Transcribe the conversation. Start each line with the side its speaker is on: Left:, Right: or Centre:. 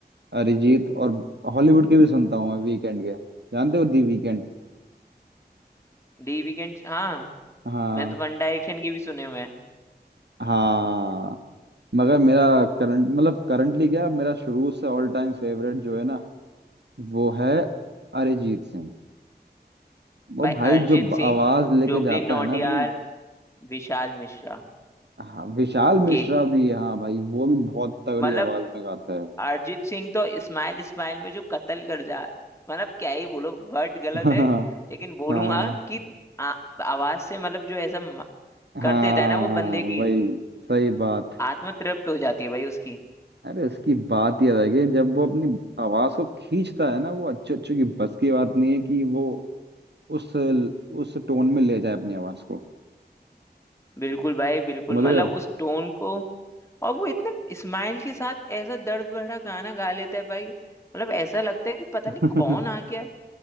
Right: अरिजीत और हॉलीवुड के भी सुनता हूँ मैं वीकेंड के जानते हो दी वीकेंड
Left: डी वीकेंड हाँ
Right: हाँ
Left: मैं तो वन डायरेक्शन की भी सुने हुए हैं
Right: हाँ मगर मेरा करंट मतलब करंटली क्या मेरा शुरू से ऑल टाइम फेवरेट जो है ना वो है अरिजीत सिंह वो
Left: भाई
Right: भाई
Left: अरिजीत
Right: जो ब-
Left: सिंह
Right: आवाज लेके
Left: जुबली
Right: जाता
Left: नौटियाल
Right: है ना अपने
Left: विशाल मिश्रा
Right: हाँ विशाल मिश्रा
Left: केक
Right: भी हाँ भाई वो भी बहुत तगड़ी
Left: मतलब
Right: आवाज में गाता है
Left: अरिजीत सिंह तो स्माइल स्माइल में जो कत्ल कर जा मतलब क्या ही बोलो वर्ड गलत
Right: <laughs> हाँ
Left: है लेकिन बोलूंगा
Right: हाँ
Left: कि आ, आवाज से मतलब जो ऐसा म- कर
Right: हाँ
Left: देता है ना वो बंदे की
Right: वही सही बात
Left: आत्मा तृप्त हो जाती है भाई उसकी
Right: अरे उसकी बात ही अलग है जब वो अपनी आवाज को खींचता है ना वो अच्छे अच्छे की बस की बात नहीं है कि वो उस उस टोन में ले जाए अपनी आवाज को
Left: बिल्कुल भाई बिल्कुल
Right: समझ रहे
Left: मतलब
Right: हो
Left: उस टोन को और वो इतने स्माइल के साथ ऐसा दर्द भरा गाना गा लेता है भाई मतलब ऐसा लगता है कि पता
Right: <laughs>
Left: नहीं कौन आ गया है